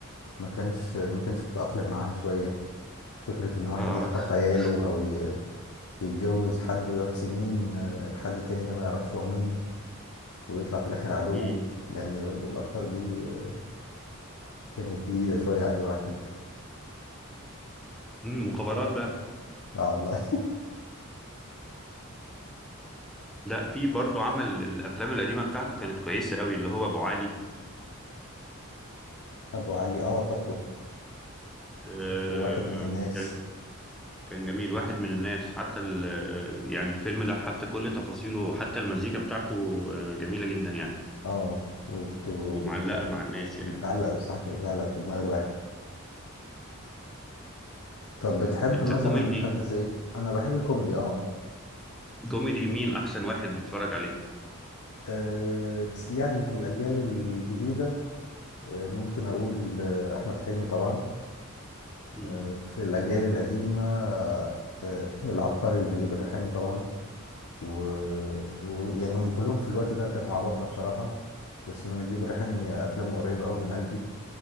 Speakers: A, on the left; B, in the centre.
A: ما كانش ما كانش متأقلم معاها شوية فكرة ان واحد
B: ف...
A: يخطف عياله
B: <laughs>
A: او ي- يتجوز حد ويقعد سنين آه، الحد التاني ده ما يعرفش هو مين ويطلع في الاخر عدوه
B: مم.
A: يعني برضه الافكار دي آه، كانت جديدة شوية على الواحد
B: مم، مخابرات بقى
A: اه والله
B: لا في برضو عمل الافلام القديمه بتاعته كانت كويسه قوي اللي هو ابو علي
A: <laughs> ابو علي اه فاكره
B: آه...
A: وواحد من الناس
B: كان كان جميل واحد من الناس حتى ال... آه، يعني الفيلم ده حتى كل تفاصيله وحتى المزيكا بتاعته آه، جميله جدا يعني
A: اه وبت وبت-
B: ومعلقه مع الناس يعني
A: بتعلق صح بتعلق في دماغ الواحد طب بتحب
B: انت
A: مثلا
B: كوميدي
A: حد زي انا بحب الكوميدي اه
B: كوميدي مين احسن واحد بتتفرج عليه
A: آه، يعني في الاجيال الجديده آه، ممكن اقول آه، احمد حلمي طبعا
B: مم.
A: آه، في الاجيال القديمه آه، آه، العبقري نجيب الريحاني طبعا ويعني و... و- يعني هم كلهم في الوقت ده كانوا عباقرة بصراحه بس أنا نجيب الريحاني افلامه قريبه قوي من قلبي